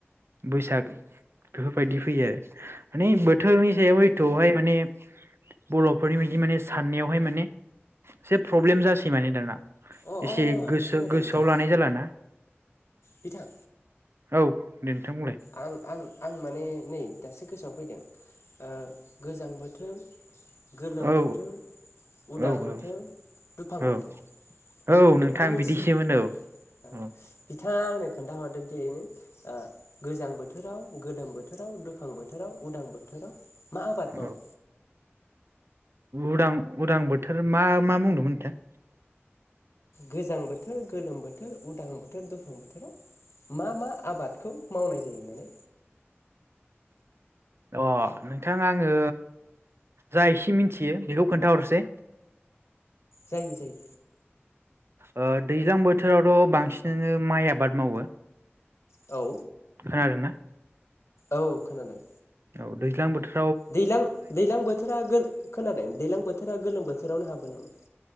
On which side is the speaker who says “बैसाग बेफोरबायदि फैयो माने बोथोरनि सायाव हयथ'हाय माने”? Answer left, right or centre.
Right